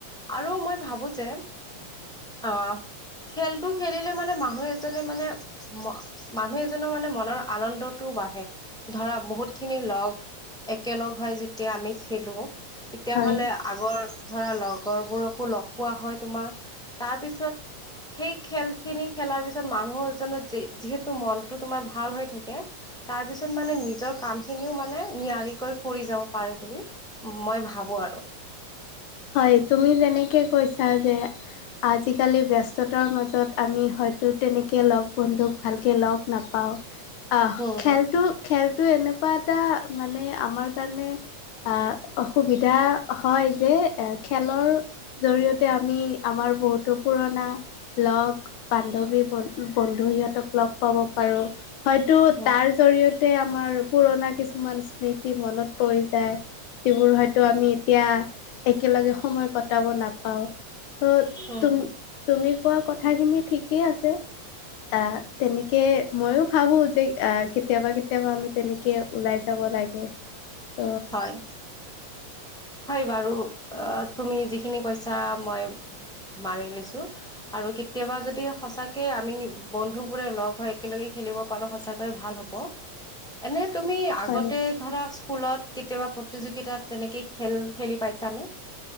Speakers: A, in the centre; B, on the left.
A: আৰু মই ভাবো যে অ খেলটো খেলিলে মানে মানুহ এজনে মানে ম মানুহ এজনৰ মানে মনৰ আনন্দটোও বাঢ়ে ধৰা বহুত খিনি লগ একেলগ হৈ যেতিয়া আমি খেলো তেতিয়া
B: হয়
A: হ'লে আগৰ ধৰা লগ। লগৰবোৰকো লগ পোৱা হয় তোমাৰ তাৰ পিছত সেই খেল খিনি খেলাৰ পিছত মানুহজনৰ যি যিহেতু মনটো তোমাৰ ভাল হৈ থাকে। তাৰপিছত মানে নিজৰ কাম খিনিও মানে নিয়াৰিকৈ কৰি যাব পাৰে বুলি মই ভাবো আৰু
B: হয় তুমি যেনেকে কৈছা যে আজিকালি ব্যস্ততাৰ মাজত আমি হয়তো তেনেকে লগ বন্ধুক ভালকে লগ নাপাওঁ। আহ
A: হম
B: খেলতো,
A: হম
B: খেলতো এনেকুৱা এটা মানে আমাৰ কাৰণে। আহ অসুবিধা হয় যে এ খেলৰ জৰিয়তে আমি আমাৰ বহুতো পুৰণা লগ বান্ধৱী বন্ধু সিহঁতক লগ পাব পাৰো। হয়তো
A: হম
B: তাৰ জৰিয়তে আমাৰ পুৰণা কিছুমান স্মৃতি মনত পৰি যায়। যিবোৰ হয়তো আমি এতিয়া একেলগে সময় কটাব নাপাওঁ চ'
A: হম
B: তুম
A: হম
B: তুমি কোৱা কথাখিনি ঠিকেই আছে। আহ তেনেকে ময়ো ভাবোঁ যে কেতিয়াবা কেতিয়াবা আমি তেনেকে ওলাই যাব লাগে চ'
A: হয়। হয় বাৰু অ' তুমি যিখিনি কৈছা মই মানি লৈছো। আৰু কেতিয়াবা যদি সঁচাকে আমি বন্ধুবোৰে লগ হৈ একেলগে খেলিব পাৰোঁ সঁচাকৈয়ে ভাল হ'ব।
B: <inaudible>
A: এনে তুমি
B: হয়
A: আগতে ধৰা স্কুলত কেতিয়াবা প্ৰতিযোগিতাত তেনেকে খেল খেলি পাইছা নে?